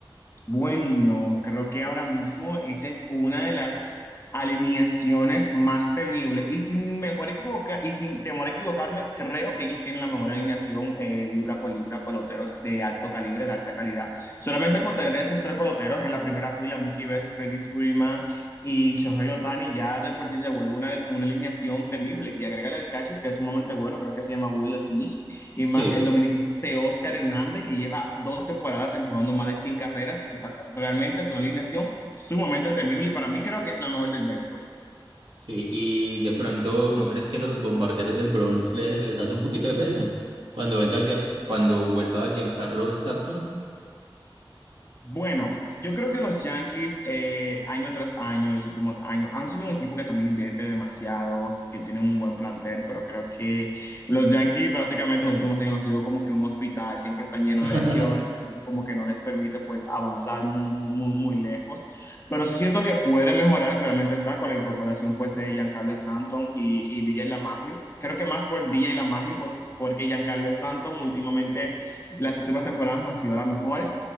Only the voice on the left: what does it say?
Bueno, creo que ahora mismo esa es una de las alineaciones más temibles. Y sin, mejor equivoca, y sin temor a equivocarme, creo que ellos tienen la mejor alineación eh, libra por libra, peloteros de alto calibre, de alta calidad. Solamente con tener esos tres peloteros en la primera fila, Mookie Betts, Freddie Freeman y Shohei Ohtani, ya de por sí se vuelve una, una alineación temible. Y agrégale el catcher, que es sumamente bueno, creo que se llama Will Smith y
más el dominicano de Oscar Hernández, que lleva dos temporadas empujando más de 100 carreras. Esa, realmente es una alineación sumamente temible y para mí creo que es la mejor del béisbol.
Bueno, yo creo que los Yankees eh, año tras año, en los últimos años, han sido un equipo que también invierte demasiado, que tienen un buen plantel, pero creo que los Yankees básicamente los últimos años han sido como que un hospital, siempre están llenos
de lesiones, eso como que no les permite pues avanzar muy, muy, muy, muy lejos, pero sí siento que puede mejorar, claramente está con la incorporación pues de Giancarlo Stanton y, y DJ LaMagio, creo que más por DJ LaMagio, pues porque Giancarlo Stanton últimamente, las últimas temporadas no han sido las mejores.